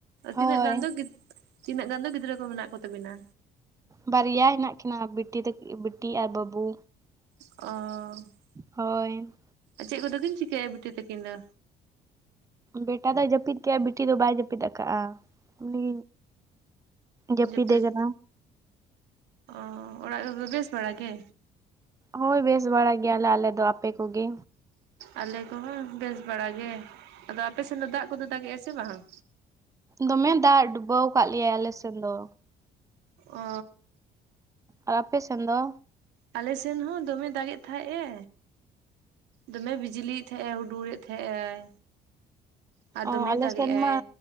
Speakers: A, on the right (about 20°); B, on the right (about 90°).
A: ᱦᱳᱭ
B: ᱛᱤᱱᱟᱹᱜ ᱜᱟᱱ ᱫᱚ ᱜᱤᱫ ᱛᱤᱱᱟᱹᱜ ᱜᱟᱱ ᱫᱚ ᱜᱤᱫᱽᱨᱟᱹ ᱠᱚ ᱢᱮᱱᱟᱜ ᱠᱚ ᱛᱟᱹᱵᱤᱱᱟ?
A: ᱵᱟᱨᱭᱟ ᱦᱤᱱᱟᱜ ᱠᱤᱱᱟ ᱵᱤᱴᱤ ᱛᱟᱹᱠᱤ ᱵᱤᱴᱤ ᱟᱨ ᱵᱟᱹᱵᱩ᱾
B: ᱚᱻ
A: ᱦᱳᱭ᱾
B: ᱪᱮᱫ ᱠᱚᱫᱚ ᱠᱤᱱ ᱪᱤᱠᱟᱹᱭᱟ ᱵᱤᱴᱤ ᱛᱟᱹᱠᱤᱱ ᱫᱚ?
A: ᱵᱮᱴᱟ ᱫᱚᱭ ᱡᱟᱹᱯᱤᱫ ᱠᱮᱜᱼᱟ ᱵᱤᱴᱤ ᱫᱚ ᱵᱟᱭ ᱡᱟᱹᱯᱤᱫ ᱠᱟᱜᱼᱟ, ᱩᱱᱤ ᱡᱟᱹᱯᱤᱫᱮ
B: ᱡᱮᱯᱤᱫ
A: ᱠᱟᱱᱟ
B: ᱚ ᱚᱲᱟᱜ ᱨᱮᱫᱚ ᱵᱮᱥ ᱵᱟᱲᱟ ᱜᱮ?
A: ᱦᱳᱭ ᱵᱮᱥ ᱵᱟᱲᱟ ᱜᱮᱭᱟᱞᱮ ᱟᱞᱮ ᱫᱚ, ᱟᱯᱮ ᱠᱚᱜᱮ?
B: ᱟᱞᱮ ᱠᱚᱦᱚᱸ ᱵᱮᱥ ᱵᱟᱲᱟ ᱜᱮ ᱟᱫᱚ ᱟᱯᱮ ᱥᱮᱱ ᱫᱚ ᱫᱟᱜ ᱠᱚᱫᱚ ᱫᱟᱜᱮᱜᱼᱟ ᱥᱮ ᱵᱟᱝ?
A: ᱫᱚᱢᱮ ᱫᱟᱜ ᱰᱩᱵᱟᱹᱣ ᱠᱟᱜ ᱞᱮᱭᱟᱭ ᱟᱞᱮ ᱥᱮᱱ ᱫᱚ᱾
B: ᱚᱻ
A: ᱟᱨ ᱟᱯᱮ ᱥᱮᱱ ᱫᱚ?
B: ᱟᱞᱮ ᱥᱮᱱ ᱦᱚᱸ ᱫᱚᱢᱮᱭ ᱫᱟᱜᱮᱫ ᱛᱟᱸᱦᱮᱜ ᱮ, ᱫᱚᱢᱮ ᱵᱤᱡᱽᱞᱤᱭᱮᱫ ᱛᱟᱦᱮᱸᱜ ᱟᱭ ᱦᱩᱰᱩᱨ ᱮᱫ ᱛᱟᱦᱮᱸᱜ ᱟᱭ, ᱟᱨ
A: ᱚ
B: ᱫᱚᱢᱮ
A: ᱟᱞᱮ
B: ᱫᱟᱜᱮᱜ
A: ᱥᱮᱱ ᱢᱟ
B: ᱟᱭ